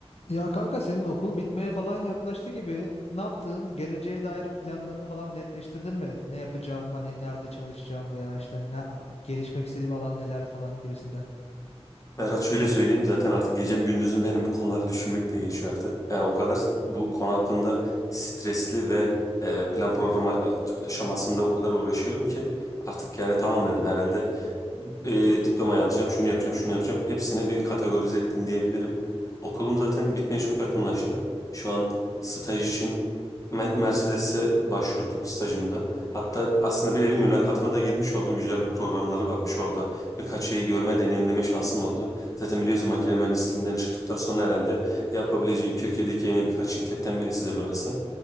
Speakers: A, on the left (about 70°); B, on the left (about 30°).
A: Ya kanka senin okul bitmeye falan yaklaştı gibi. Ne yaptın? Geleceğe dair planlarını falan netleştirdin mi? Ne yapacağım? Hani nerede çalışacağım veya işte ne, gelişmek istediğim alan neler falan gibisinden.
B: Berat şöyle söyleyeyim zaten artık gecem gündüzüm benim bu konuları düşünmek de geçiyor artık. Yani o kadar bu konu hakkında stresli ve e, plan programı aşamasında o kadar uğraşıyorum ki artık yani tamam dedim herhalde e, diplomayı alacağım, şunu yapacağım, şunu yapacağım. Hepsini bir kategorize ettim diyebilirim. Okulum zaten bitmeye çok yakınlaştı. Şu an staj için Me- Mercedes'e başvurdum stajımda. Hatta aslında bir nevi mülakatına da girmiş oldum. Güzel bir programları varmış orada. Birkaç şeyi görme, deneyimleme şansım oldu. Zaten biliyorsun makine mühendisliğinden çıktıktan sonra herhalde yapabileceğin Türkiye'deki en iyi birkaç şirketten birisidir orası.